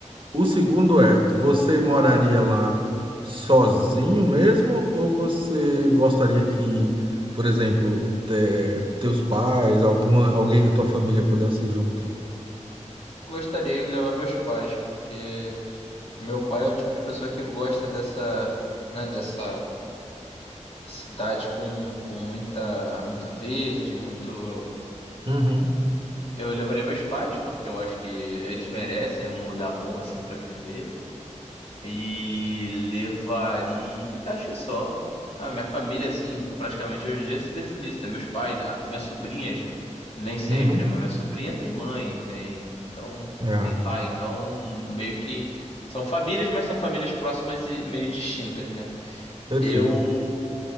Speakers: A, on the right; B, on the left.
A: O segundo é, você moraria lá sozinho mesmo ou você gostaria que, por exemplo, te- teus pais, alguma, alguém da tua família pudesse ir junto?
B: Gostaria de levar meus pais, porque Meu pai é o tipo de pessoa que gosta dessa, né, dessa cidade com, com muita, muito verde, muito.
A: Uhum,
B: Eu levaria meus pais, porque eu acho que eles merecem um lugar bom assim pra viver. E levaria, acho que só. A minha família, assim, praticamente hoje em dia se define isso, né? Meus pais, a- minhas sobrinhas, nem sempre,
A: uhum.
B: né? Mas minha sobrinha tem mãe, tem. Então,
A: Ah,
B: tem pai, então meio que. São famílias, mas são famílias próximas e meio distintas, né?
A: perfeito.
B: Eu